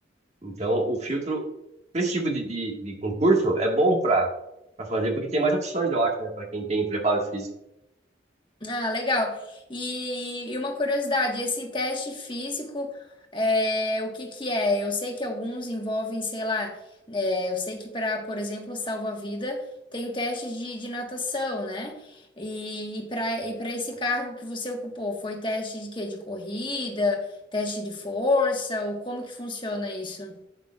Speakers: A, on the right; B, on the left.
A: Então, o filtro, pra esse tipo de, de, de concurso, é bom para para fazer, porque tem mais opções, eu acho, né, para quem tem preparo físico.
B: Ah, legal. E, e uma curiosidade, esse teste físico, é, o que que é? Eu sei que alguns envolvem, sei lá, é, eu sei que para, por exemplo, salva-vida, tem o teste de, de natação, né? E, para e para esse cargo que você ocupou, foi teste de quê? De corrida, teste de força, ou como que funciona isso?